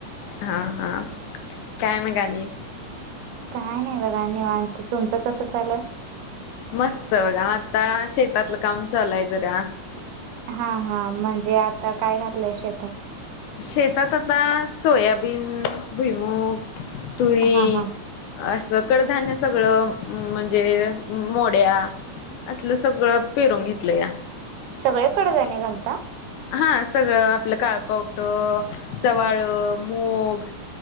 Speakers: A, on the left; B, on the right.
A: हा हा काय मग आणी?
B: काय नाही बघा निवांत तुमचं कसं चालूय?
A: मस्त बघा आता शेतातलं काम चालूय जरा.
B: हा हा. म्हणजे आता काय घातलंय शेतात?
A: शेतात आता सोयाबीन भुईमूग तुरी
B: हा हा
A: असं कडधान्य सगळं म्हणजे मोड्या असलं सगळं पेरून घेतलंया.
B: सगळे कडधान्य घालता?
A: हा सगळं आपलं काळ पावट, चवाळ, मूग